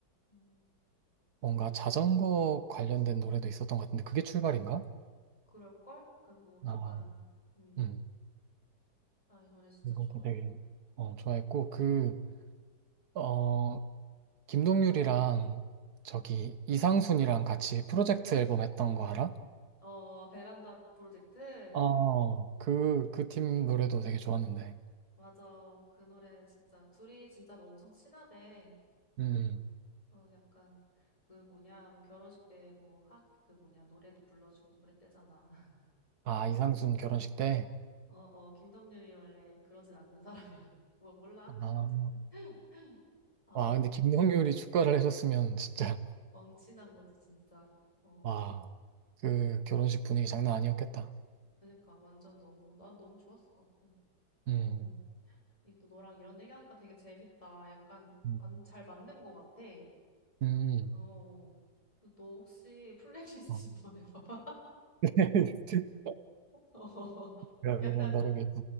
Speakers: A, on the left (about 20°); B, on the right (about 60°).
A: 음,
B: 뭔가 자전거 관련된 노래도 있었던 것 같은데, 그게 출발인가?
A: 그럴걸? 그 뭐, 약간,
B: 아,
A: 음,
B: 음.
A: 나 이 노래 진짜
B: 이것도
A: 좋아했어.
B: 되게, 어, 좋아했고, 그, 어, 김동률이랑 저기 이상순이랑 같이 프로젝트 앨범 했던 거 알아?
A: 어, 베란다 프로젝트?
B: 어, 그, 그 팀 노래도 되게 좋았는데.
A: 맞아. 그 노래 진짜, 둘이 진짜 엄청 친하대.
B: 음.
A: 그래서 약간, 그 뭐냐, 뭐 결혼식 때 뭐, 학, 그 뭐냐, 노래도 불러주고 그랬대잖아. <laughs>
B: 아, 이상순 결혼식 때?
A: 어, 어, 김덕률이 원래 그러진 않는 사람이라. <laughs> 뭐, 몰라?
B: 아,
A: <laughs> 아,
B: 와, 근데 김동률이 축가를 해줬으면 진짜
A: 왕친한 거지, 진짜. 어,
B: 와, 그 결혼식 분위기 장난 아니었겠다.
A: 그러니까 완전 너무, 난 너무 좋았을 것 같아.
B: 음,
A: 어, 이 또 너랑 이런 얘기하니까 되게 재밌다. 약간
B: 음,
A: 만, 잘 맞는 것 같아.
B: 음.
A: 어, 어. 그너 혹시 플레이리스트
B: 어.
A: 좀 보내봐봐.
B: <laughs>
A: <laughs> 어,
B: 그러면
A: 약간,
B: 다르게.